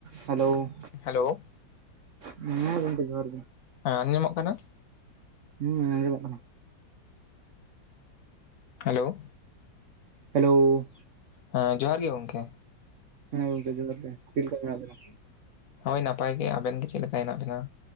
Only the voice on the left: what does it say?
hello
ᱦᱮᱸ ᱟᱸᱡᱚᱢᱚᱜ ᱠᱟᱱᱟ
ᱦᱟᱞᱳ
ᱦᱮᱸ ᱡᱚᱦᱟᱨ ᱜᱮ ᱜᱚᱝᱠᱮ
ᱦᱳᱭ ᱱᱟᱯᱟᱭ ᱜᱮ ᱟᱵᱮᱱ ᱜᱮ ᱪᱮᱫ ᱞᱮᱠᱟ ᱦᱮᱱᱟᱜ ᱵᱤᱱᱟ